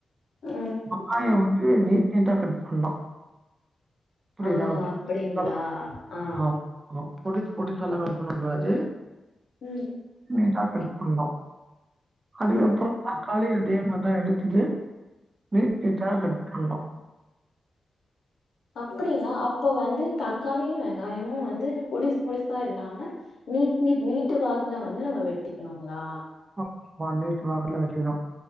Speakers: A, on the left; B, on the right.
A: ம்.
B: வெங்காயோ உரிச்சி நீட் டா கட் பண்ணோ புரியுதா
A: ஆ அப்படிங்களா?
B: நல்லா
A: ஆ.
B: ஆம் மா பொடூஸ் பொடூசால்லா கட் பண்ண கூடாது
A: ம்.
B: நீட்டா கட் பண்ணோ அதுக்கப்புறோ
A: ம்.
B: தக்காளி அத்தே மாரி தா எடுத்துட்டு நீட் நீட்டா கட் பண்ணோ
A: அப்படிங்ளா அப்ப வந்து தக்காளியூ வெங்காயமூ வந்து பொடிஸ் பொடிசா இல்லாம நீட் நீட் நீட்டு் வாக்குல வந்து நம்ம வெட்டிக்கணுங்ளா
B: ஆ ம்மா நீட்டு வாக்குல வெட்டிக்கணூ